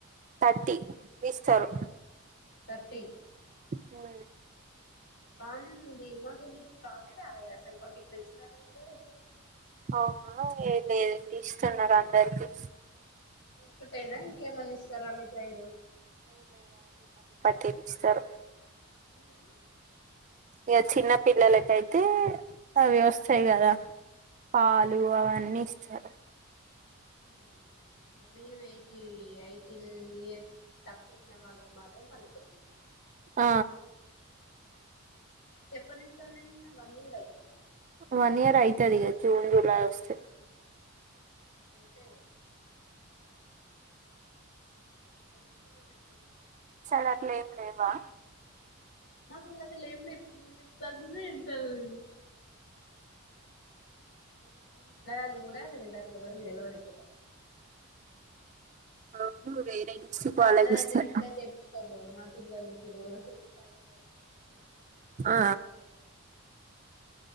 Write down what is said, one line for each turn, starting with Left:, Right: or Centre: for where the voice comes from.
Right: థర్టీ ఇస్తారు
Left: థర్టీ
Right: అ
Left: బానే ఉంది మాకు ఇప్పుడు రానే రాలే అసలు మాకు ఇట్లా ఇస్తారని కూడా తెలవదు
Right: అవునా ఏ లేదంటి ఇస్తున్నారు అందరికి
Left: అదొక్కటేనా ఇంకేమన్న ఇస్తారా మీ సైడ్
Right: తెవిస్తారు
Left: ఊ ఉ
Right: ఇగ చిన్న పిల్లలకైతే అవి వస్తయి కదా పాలు అవన్నీ ఇస్తారు
Left: ఉహు ఇంగా మేము ఏజీ ఎయిటీన్ ఇయర్స్ తక్కువ ఉన్న వాళ్ళకి మాత్రం పల్లిపట్టి ఇస్
Right: ఆ
Left: ఎప్పనుంచి రన్ అయింది రా వన్ ఇయర్ అవుతుందా
Right: వన్ ఇయర్ అయితది ఇగ జూన్ జులై వస్తే
Left: ఉ గ్రేటే <unintelligible> పిల్ల మంచి
Right: సాడు అట్లేం లేవా
Left: మాకెళ్ళి అసలు ఏం లే ఇప్పుడు నువు చెప్తంటానే వింటానా నేను ఇడ స్కూల్ ఉన్నదని కూడా అసలు ఇంతవరకు ఎవరికి తెల్వది ఇక్కడ
Right: అవును డిస్టిక్
Left: అట్లా
Right: వాళ్ళకి
Left: ఉండదని
Right: ఇస్తారు
Left: తెలిస్తే తెపీచుకోబోదుమ పిల్లలకి రోజు <unintelligible>
Right: ఆ
Left: <unintelligible>